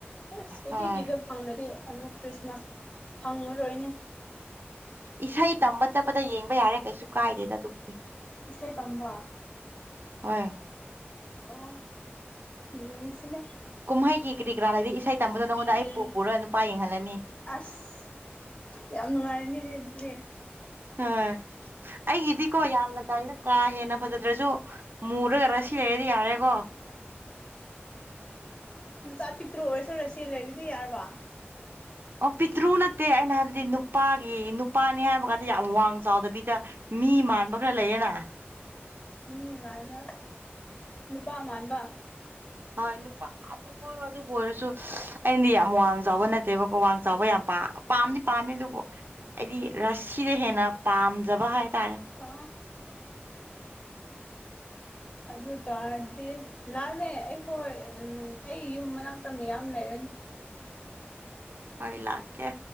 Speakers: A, on the left; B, on the right.
A: ꯑꯁ ꯀꯣꯏꯊꯤ
B: ꯍꯣꯏ
A: ꯊꯤꯕꯗ ꯐꯪꯗꯗꯤ ꯑꯅꯨ ꯈ꯭ꯔꯤꯁꯃꯥꯁ ꯐꯪꯉꯔꯣꯏꯅꯦ
B: ꯏꯁꯩ ꯇꯝꯕ ꯆꯠꯄꯗ ꯌꯦꯡꯕ ꯌꯥꯔꯦ ꯀꯩꯁꯨ ꯀꯥꯏꯗꯦꯗ ꯑꯗꯨꯕꯨꯗꯤ
A: ꯏꯁꯩ ꯇꯝꯕ
B: ꯍꯣꯏ
A: ꯑꯣ ꯌꯦꯉꯁꯤꯅꯦ
B: ꯀꯨꯝꯍꯩꯒꯤ ꯀꯔꯤ ꯀꯔꯥ ꯂꯩꯕꯩ ꯏꯁꯩ ꯇꯝꯕꯗꯣ ꯅꯉꯣꯟꯗ ꯑꯩ
A: ꯎꯝ
B: ꯄꯨ ꯄꯨꯔꯒ ꯅꯨꯄꯥ ꯌꯦꯡꯍꯜꯂꯅꯤ
A: ꯑꯁ ꯌꯥꯝ ꯅꯨꯡꯉꯥꯏꯔꯅꯤꯅꯦ ꯑꯗꯨꯗꯤ
B: ꯍꯣꯢ ꯑꯩꯒꯤꯗꯤꯀꯣ ꯌꯥꯝꯅ ꯀꯥꯏꯅ ꯀꯥ ꯍꯦꯟꯅ ꯐꯖꯗ꯭ꯔꯁꯨ ꯃꯨꯔꯒ ꯉꯁꯤ ꯂꯩꯔꯗꯤ ꯌꯥꯔꯦꯀꯣ
A: ꯃꯆꯥꯥꯛ ꯄꯤꯛꯇ꯭ꯔꯨ ꯑꯣꯏꯁꯨ ꯔꯁꯤ ꯂꯩꯔꯗꯤ ꯌꯥꯔꯕ
B: ꯑꯣ ꯄꯤꯇ꯭ꯔꯨ ꯅꯠꯇꯦ ꯑꯩꯅ ꯍꯥꯏꯕꯗꯤ ꯅꯨꯄꯥꯒꯤ ꯅꯨꯄꯥꯅꯤ ꯍꯥꯏꯕ ꯀꯥꯟꯗ ꯌꯥꯝ ꯋꯥꯡ ꯆꯥꯎꯗꯕꯤꯗ ꯃꯤ ꯃꯥꯟꯕ ꯈꯔ ꯂꯩꯌꯦꯅ
A: ꯃꯤ ꯃꯥꯟꯕ ꯅꯨꯄꯥ ꯃꯥꯟꯕ
B: ꯍꯣꯏ ꯅꯨꯄꯥ ꯑꯗꯨꯕꯨ ꯑꯗꯨꯕꯨ ꯑꯣꯏꯔꯁꯨ ꯑꯩꯗꯤ ꯌꯥꯝ ꯋꯥꯡ ꯆꯥꯎꯕ ꯅꯠꯇꯦꯕꯀꯣ ꯋꯥꯡ ꯆꯥꯎꯕ ꯌꯥꯝ ꯄꯥꯝ ꯄꯥꯝꯗꯤ ꯄꯥꯝꯃꯦ ꯑꯗꯨꯕꯨ ꯑꯩꯗꯤ ꯔꯁꯤꯗ ꯍꯦꯟꯅ ꯄꯥꯝꯖꯕ ꯍꯥꯏꯇꯥꯔꯦ
A: ꯑ ꯑꯗꯨ ꯇꯔꯗꯤ ꯂꯥꯛꯅꯦ ꯑꯩꯈꯣꯏ ꯑꯩ ꯌꯨꯝ ꯃꯅꯥꯛꯇ ꯃꯌꯥꯝ ꯂꯩꯔꯅꯤ
B: ꯍꯣꯢ ꯂꯥꯛꯀꯦ